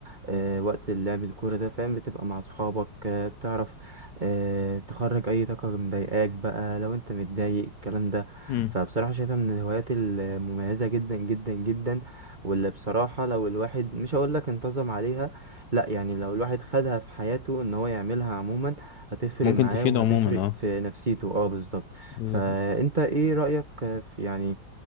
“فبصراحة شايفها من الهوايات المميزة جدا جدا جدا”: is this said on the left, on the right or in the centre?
Right